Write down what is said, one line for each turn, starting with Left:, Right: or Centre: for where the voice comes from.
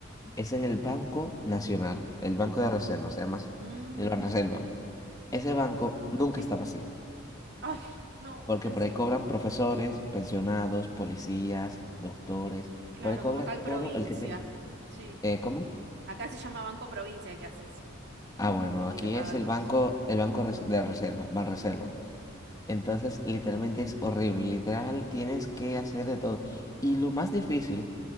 Left: Es en el Banco Nacional, el Banco de Reserva, se llama así,
Right: Mm,
Left: el Banreserva. Ese banco nunca
Right: sí.
Left: está vacío,
Right: Ay, no,
Left: porque
Right: encima.
Left: por ahí cobran profesores, pensionados, policías, doctores,
Right: Claro,
Left: por ahí cobra
Right: como acá el provincia.
Left: todo el que tiene...
Right: Sí.
Left: eh, ¿cómo?
Right: Acá se llama Banco Provincia el que hace eso,
Left: Ah, bueno,
Right: que
Left: aquí
Right: le paga
Left: es
Right: a
Left: el
Right: todos.
Left: banco, el banco res- de reserva, Banreserva. Entonces, literalmente es horrible. Literal, tienes que hacer de todo. Y lo más difícil